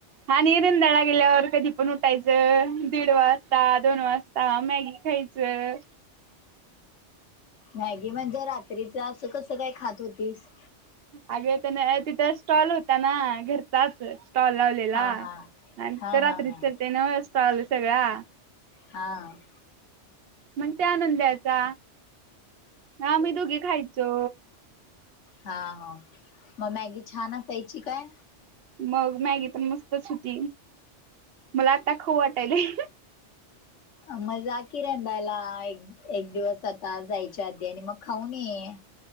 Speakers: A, on the right; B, on the left.
A: आणि रुंदाळला गेल्यावर कधी पण उठायचं. दीड वाजता, दोन वाजत हा मॅगी खायचं.
B: मॅगी म्हणजे रात्रीच असं कसं काय खात होतीस.
A: अग तेन तिथ स्टॉल होता ना घर चहाच स्टॉल लावलेला
B: हा
A: आणि
B: हा हा
A: तर रात्री
B: हा हा
A: चालते नव्हं स्टॉल सगळा.
B: हां.
A: मग त्या आनंद द्यायचा आम्ही दोघी खायचो.
B: हां हां मग मॅगी छान असायची काय.
A: मग मॅगी तर मस्तच होती मला आता खूऊ वाटायलय.
B: मग जा की रेंदाळला एक एक दिवस आता जायच्या आधी आणि मग खाऊन ये.